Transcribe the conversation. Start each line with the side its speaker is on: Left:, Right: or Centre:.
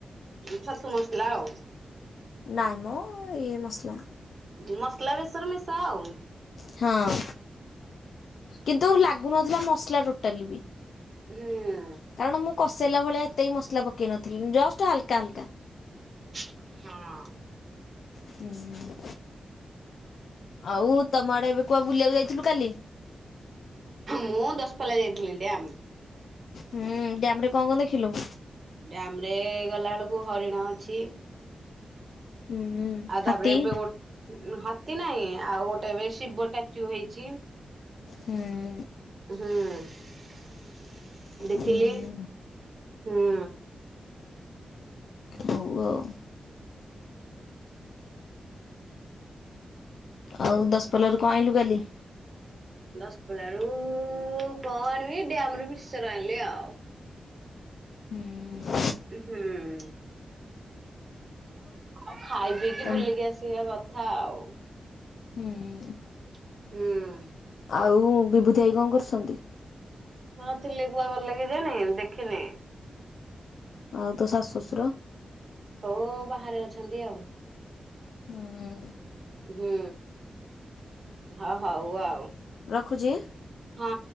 Right: ଛତୁ ମସଲା ଆଉ।
Left: ନାଇ ମ ଇଏ ମସଲା
Right: ମସଲା ବେସର ମିଶା ଆଉ
Left: ହଁ କିନ୍ତୁ ଲାଗୁନଥିଲା ମସଲା ଟୋଟାଲି ବି
Right: ହୁଁ।
Left: କାରଣ ମୁଁ କଷେଇଲା ଭଳିଆ ଏତେ ବି ମସଲା ପକେଇ ନଥିଲି ଜଷ୍ଟ ହାଲକା ହାଲକା।
Right: ହଁ।
Left: ହୁଁ। ଆଉ ତମ ଆଡେ ଏବେ କୁଆ ବୁଲିବାକୁ ଯାଇଥିଲୁ କାଲି?
Right: ମୁଁ ଦଶପଲ୍ଲା ଯାଇଥିଲି ଡ୍ୟାମ।
Left: ହୁଁ ଡ୍ୟାମ ରେ କଣ କଣ ଦେଖିଲୁ?
Right: ଡ୍ୟାମ ରେ ଗଲା ବେଳକୁ ହରିଣ ଅଛି।
Left: ହୁଁ
Right: ଆଉ
Left: ହାତୀ।
Right: ତାପରେ ଏବେ ଗୋ ହାତୀ ନାହିଁ ଆଉ ଗୋଟେ ଏବେ ଶିବ ଟାଚୁ ହେଇଛି।
Left: ହୁଁ।
Right: ହୁଁ। ଦେଖିଲି
Left: ହୁଁ।
Right: ହୁଁ।
Left: ହଉ ଆଉ। ଆଉ ଦଶପଲ୍ଲା ରୁ କଣ ଆଇଲୁ କାଲି?
Right: ଦଶପଲ୍ଲା ରୁ କଣ ଆଣିବି ଡ୍ୟାମ ରୁ ମିକ୍ସିଚର ଆଣିଲି ଆଉ।
Left: ହୁଁ।
Right: ହୁଁ। ଆଉ ଖାଇପିଇକିି
Left: ତମ
Right: ବୁଲିକି ଆସିବା କଥା ଆଉ।
Left: ହୁଁ।
Right: ହୁଁ।
Left: ଆଉ ବିଭୁତି ଭାଇ କଣ କରୁସନ୍ତି?
Right: ହଁ ଥିଲେ କୁଆ ଗଲେ କେଜାଣି ଦେଖିନି?
Left: ଆଉ ତୋ ଶାଶୁ ଶ୍ୱଶୁର?
Right: ସବୁ ବାହାରେ ଅଛନ୍ତି ଆଉ
Left: ହୁଁ
Right: ହୁଁ। ହଁ ହଉ ଆଉ
Left: ରଖୁଛି।
Right: ହଁ।